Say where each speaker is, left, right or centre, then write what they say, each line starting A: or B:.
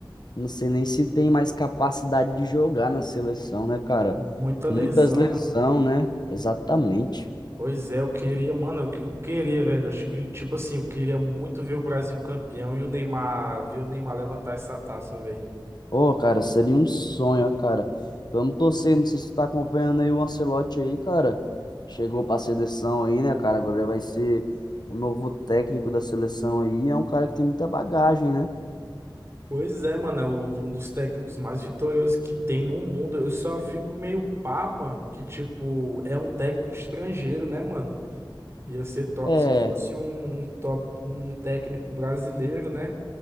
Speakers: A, on the left; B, on the right.
A: não sei nem se tem mais capacidade de jogar na seleção, né, cara?
B: Mu- Muita
A: Muitas
B: lesão,
A: lesão,
B: né?
A: né? Exatamente.
B: Pois é, eu queria, mano, eu, que- eu queria, velho. Acho que, tipo assim, eu queria muito ver o Brasil campeão e o Neymar, ver o Neymar levantar essa taça, velho.
A: Ô, cara, seria um sonho, ó, cara. Vamos torcer, não sei se tu tá acompanhando aí o Ancelotti aí, cara. Chegou pra seleção aí, né, cara? Agora ele vai ser o novo técnico da seleção aí. É um cara que tem muita bagagem, né?
B: Pois é, mano, é o- um dos técnicos mais vitoriosos que tem no mundo. Eu só fico meio pá, mano, que tipo, é um técnico estrangeiro, né, mano? Ia ser top
A: É,
B: se fosse um, um top, um técnico brasileiro, né?